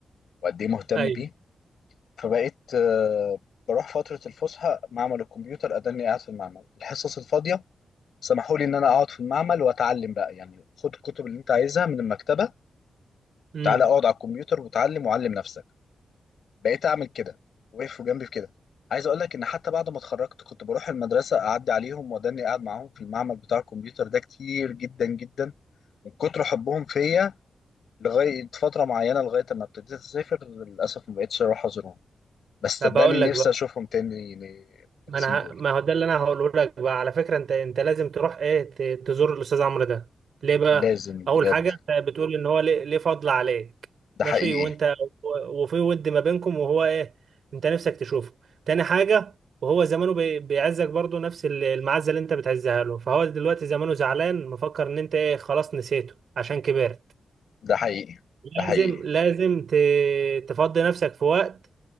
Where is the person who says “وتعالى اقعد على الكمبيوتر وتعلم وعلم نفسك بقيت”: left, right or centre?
Left